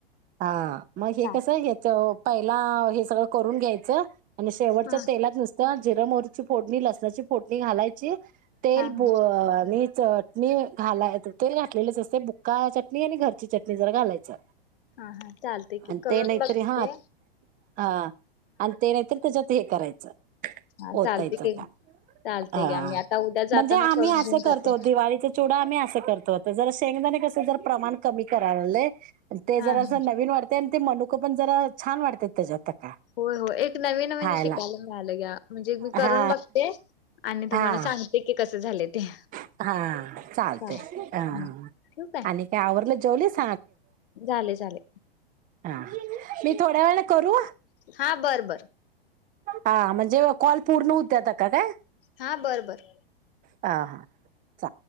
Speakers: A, on the right; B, on the left.
A: हा मग हे
B: चाल
A: कस घ पहिला हे सगळं करून घ्यायचं आणि शेवटच्या
B: हा
A: तेलात नुसत जिर मोरची फोडणी लसणाची फोडणी घालायची तेल
B: हा हा
A: ब आणि चटणी घालाय ते घातलेलेच असते बुक्का चटणी आणि घरची चटणी जर घालायचं
B: हा हा चालते की
A: आणि
B: करून
A: ते नाहीतरी
B: बघते
A: हा हा आणि ते नाहीत त्याच्यात हे करायचं
B: हा
A: होतायच
B: चालते की
A: का
B: चालते
A: हा
B: घ्या मी आता उद्या जाताना
A: म्हणजे आम्ही
B: करून
A: असं
B: घेऊन जाते.
A: करतो दिवाळी चडा आम्ही असं करतो होत जर शेंगदाणे कस जर प्रमाण कमी कराय ते
B: हा
A: जरा
B: हा.
A: अस नवीन वाढते आणि ते मनुकं पण जरा छान वाढते त्याच्यात का
B: हो हो एक नवीन म्हणजे
A: खायला
B: शिकायला मिळालं ग्या म्हणजे मी करून
A: हा
B: बघते आणि तुम्हाला
A: हा
B: सांगते की कस झालं ते
A: हा चालते
B: चालेल.
A: ह
B: हा ठेवू
A: आणि काय आवरलं जेवली स
B: झाले झाले
A: हा मी थोड्या वेळा करू
B: हा बरं बर
A: हा म्हणजे कॉल पूर्ण होत्याता का का
B: हा बरं बर
A: ह हा चालेल